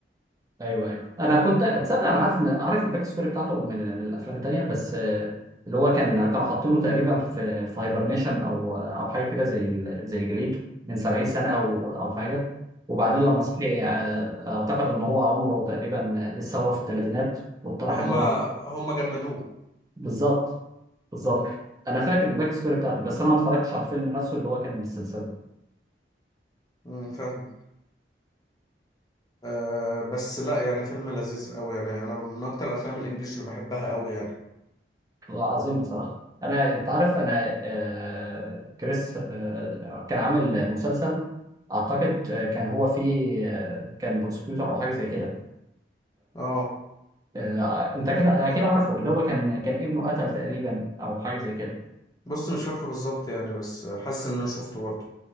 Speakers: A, on the right; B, on the left.
A: ايوه ايوه انا كنت اتصدق انا عارف ان عارف الباك ستوري بتاعته من من الافلام التانيه بس آه، اللي هو كان كانوا حاطينه تقريبا في في هايبرنيشن او او حاجه كده زي ال- زي الجليد من 70 سنه او او حاجه وبعدين
B: مم.
A: لما صحي آه، اعتقد ان هو عمره تقريبا آه، لسه هو في الثلاثينات واقترح
B: ما هما
A: ان هو
B: هما جمدوه
A: بالظبط بالظبط
B: مم.
A: انا فاكر الباك ستوري بتاعته بس انا ما اتفرجتش على الفيلم نفسه اللي هو كان من السلسله
B: مم. فاهم أه بس لا يعني فيلم لذيذ أوي يعني أنا من أكتر الأفلام الإنجليش اللي بحبها أوي يعني
A: عظيم بصراحة أنا تعرف أنا آه، كريس آه، كان عامل مسلسل أعتقد آه، كان هو فيه آه، كان بروسكيوتور أو حاجة زي كده
B: اه
A: فأنت كده أكيد عارفه اللي هو كان كان ابنه قتل تقريبا أو حاجة زي كده
B: بص مش فاكره بالظبط يعني بس حاسس إن أنا شفته برضه